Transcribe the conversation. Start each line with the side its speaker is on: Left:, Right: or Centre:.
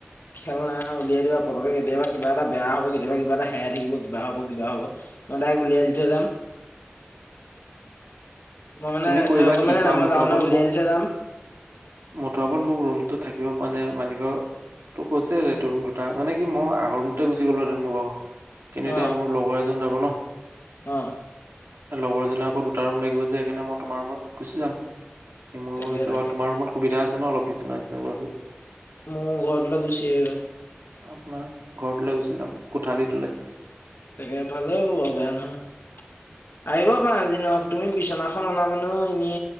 Left: খেল নাই আৰু উলিয়াই দিবা পটককে কেতিয়াবা কিবা এটা বেয়া হ'ব, কেতিয়াবা কিবা এটা হেৰাই থাকিব কিবা হ'ব, কিবা হ'ব। মই ডাইৰেক্ট উলিয়াই দি থৈ যাম মই মানে
Right: তুমি কৰিবা
Left: এ গম
Right: কি
Left: পাইছা
Right: কৰা,
Left: নাই মই
Right: মুঠৰ
Left: যাওঁ
Right: ওপৰত
Left: নে উলিয়াই
Right: মোক
Left: দি থৈ যাম
Right: মুঠৰ ওপৰত মোক ৰুমটো থাকিব মানে মালিকৰ তো, কৈছেৰে তোৰ ৰুম দুটা মানে কি মই আগৰ ৰুম <unintelligible> কিন্তু এতিয়া
Left: অ
Right: মোৰ লগৰ এজন যাব ন।
Left: অ'
Right: লগৰজনী আকৌ দুটা ৰুম লাগিব যে, সেইকাৰণে মই তোমাৰ ৰুমত গুচি যাম। সি মোৰ
Left: তাকে
Right: ৰুম ওচৰত
Left: তাকে।
Right: তোমাৰ ৰুমত সুবিধা আছে ন অলপ বিচিনা চিচনাবোৰ আছে।
Left: মোৰ ঘৰটোলৈ গুছি আহিলোঁ।
Right: আপোনাৰ ঘৰটোলৈ গুচি যাম কোঠালি তলৈ।
Left: তাকে, ভালে বোলোঁ, বেয়া নহয়। আহিবা পাৰা যি নহওঁক তুমি বিচনাখন অনা মানেও এনে